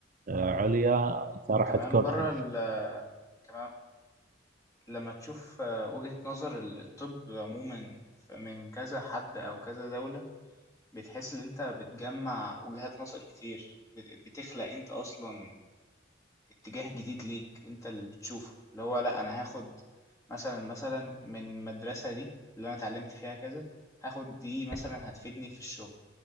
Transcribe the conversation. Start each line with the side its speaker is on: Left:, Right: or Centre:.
Right: آه، عليا أنت راح
Left: وكمان
Right: تكون
Left: بره
Right: أنشط
Left: ال... كمان لما تشوف آه، وجهة نظر ال- الطب عموما ف- من كذا حد أو كذا دولة بتحس إن أنت بتجمع وجهات نظر كتير بت- بتخلق أنت أصلا اتجاه جديد ليك انت اللي بتشوفه اللي هو لا انا هاخد مثلا مثلا من المدرسة دي اللي انا اتعلمت فيها كذا هاخد دي مثلا هتفيدني في الشغل